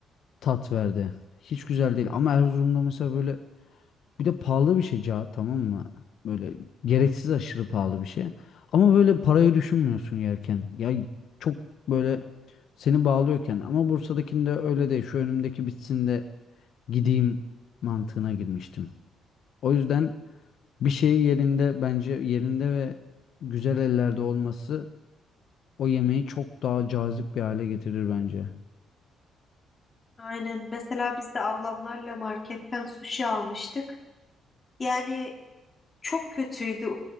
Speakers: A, on the left; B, on the left.
A: tat verdi. Hiç güzel değil. Ama Erzurum'da mesela böyle Bir de pahalı bir şey ca tamam mı? Böyle gereksiz aşırı pahalı bir şey. Ama böyle parayı düşünmüyorsun yerken. Ya çok böyle seni bağlıyorken. Ama Bursa'dakinde öyle değil. Şu önümdeki bitsin de gideyim mantığına girmiştim. O yüzden bir şeyi yerinde bence yerinde ve güzel ellerde olması o yemeği çok daha cazip bir hale getirir bence.
B: Aynen. Mesela biz de ablamlarla marketten sushi almıştık. Yani çok kötüydü.